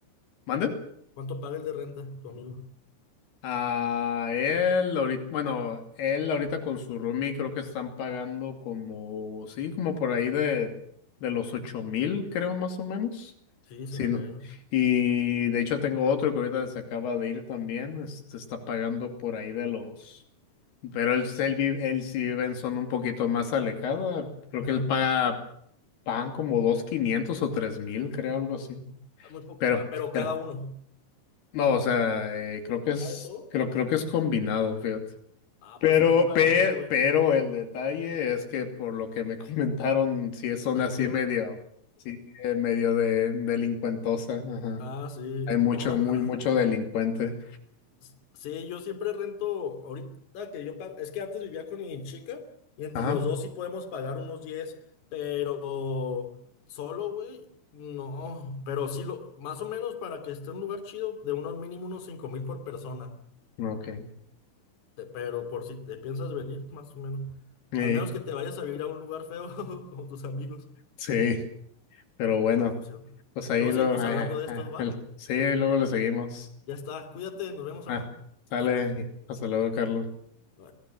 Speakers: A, on the left (about 75°); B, on the left (about 50°).
A: ¿mande?
B: ¿Cuánto paga el de renta, tu amigo?
A: Ah, él ahorita, bueno, él ahorita con su roomie creo que están pagando como, sí, como por ahí de, de los ocho mil, creo, más o menos.
B: Sí, sin
A: Sí, ¿no?
B: pedos.
A: Y de hecho tengo otro que ahorita se acaba de ir también, este, está pagando por ahí de los Pero él, él, vi- él sí vive en zona un poquito más alejada. Creo
B: Ajá.
A: que él paga, pagan como dos quinientos o tres mil, creo, algo así.
B: Muy poco.
A: Pero,
B: Ah, pero
A: pero,
B: cada uno.
A: no, o sea, eh, creo que es,
B: Ah, de todo.
A: creo, creo que es combinado, fíjate.
B: Ah,
A: Pero,
B: pues está muy barato,
A: pe-
B: güey.
A: pero el detalle es que por lo que me <laughs> comentaron, sí es zona
B: Está bien
A: así
B: feo.
A: medio, sí, eh, medio de delincuentosa, ajá.
B: Ah, sí.
A: Hay mucho,
B: No, ah.
A: muy,
B: ah.
A: mucho delincuente.
B: S- Sí, yo siempre rento. Ahorita que yo pago. Es que antes vivía con mi chica. Y entre
A: Ajá.
B: los dos sí podemos pagar unos diez Pero solo, güey. No. Pero sí lo. Más o menos para que esté en un lugar chido, de unos mínimo unos cinco mil por persona.
A: Ok.
B: Te- Pero por si te piensas venir, más o menos.
A: Ey,
B: Al menos que te vayas a vivir a un lugar feo, <laughs> como tus amigos.
A: Sí, pero bueno.
B: La otra opción.
A: Pues ahí
B: Luego
A: lo,
B: seguimos
A: ay,
B: hablando
A: ay,
B: de
A: ay,
B: estos, ¿va?
A: el- sí, luego le seguimos.
B: Ya está. Cuídate, nos vemos,
A: Ah,
B: Arno.
A: sale,
B: Hasta luego.
A: hasta luego, Carlos.
B: Bye.